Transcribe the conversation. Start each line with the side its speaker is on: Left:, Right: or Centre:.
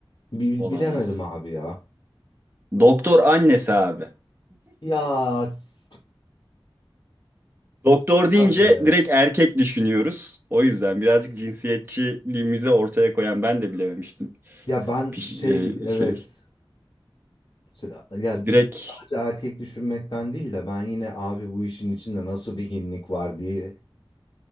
Left: Bi-
Right: Olamaz.
Left: bilemedim abi ya.
Right: Doktor annesi abi.
Left: Ya s-
Right: Doktor deyince
Left: abi.
Right: direkt erkek düşünüyoruz. O yüzden birazcık cinsiyetçiliğimizi ortaya koyan ben de bilememiştim.
Left: Ya ben
Right: Piş-
Left: şey evet
Right: e, şey,
Left: S- ya
Right: direkt
Left: sadece erkek düşünmekten değil de ben yine abi bu işin içinde nasıl bir hinlik var diye